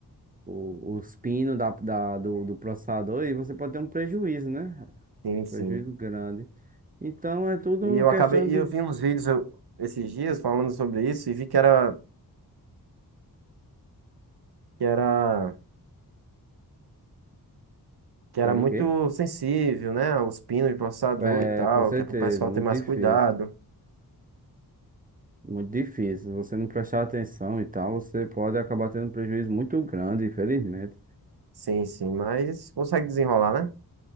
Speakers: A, on the right (about 20°); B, on the right (about 80°).
A: o, os pinos da, da- do, do processador e você pode ter um prejuízo, né?
B: Sim, sim.
A: Prejuízo grande. Então é tudo
B: E
A: uma
B: eu
A: questão
B: acabei, e
A: de.
B: eu vi uns vídeos eu- esses dias falando sobre isso e vi que era, que era, que era
A: Quero
B: muito
A: o quê?
B: sensível, né? Os pinos de processador
A: É,
B: e tal,
A: com certeza,
B: que é pro pessoal
A: muito
B: ter mais
A: difícil.
B: cuidado.
A: Muito difícil. Se você não prestar atenção e tal, você pode acabar tendo um prejuízo muito grande, infelizmente.
B: Sim, sim, mas consegue desenrolar, né?